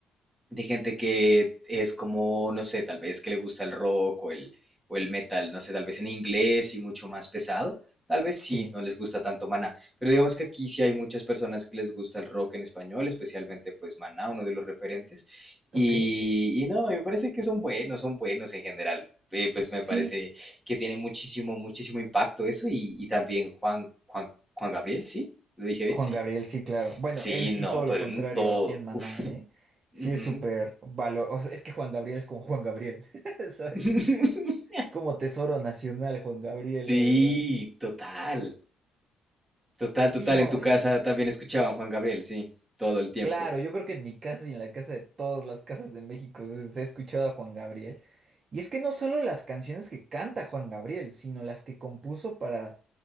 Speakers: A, in the centre; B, on the right.
A: de gente que es como, no sé, tal vez que le gusta el rock o el, o el metal, no sé, tal vez en inglés y mucho más pesado. Tal vez sí,
B: Sí,
A: no les gusta tanto Maná, pero digamos que aquí sí hay muchas personas que les gusta el rock en español, especialmente pues Maná, uno de los referentes.
B: ok.
A: Y, y no, me parece que son buenos, son buenos en general. Eh, pues me
B: Sí,
A: parece que tiene muchísimo, muchísimo impacto eso y, y también Juan, Juan, Juan Gabriel, ¿sí? ¿Lo dije bien?
B: Juan
A: Sí.
B: Gabriel, sí, claro. Bueno,
A: Sí,
B: él sí
A: no,
B: todo
A: pero
B: lo contrario
A: en todo.
B: aquí en Maná,
A: Uf.
B: ¿eh? Sí
A: ujú.
B: es súper valor. O sea, es que Juan Gabriel es como Juan Gabriel, <laughs> ¿sabes?
A: <laughs>
B: Es como tesoro nacional, Juan Gabriel,
A: Sí,
B: la verdad.
A: total, total, total.
B: Sí, no,
A: En tu
B: y,
A: casa
B: y
A: también escuchaban Juan Gabriel, sí, todo el tiempo.
B: Claro, yo creo que en mi casa y en la casa de todas las casas de México se, se ha escuchado a Juan Gabriel. Y es que no solo las canciones que canta Juan Gabriel, sino las que compuso para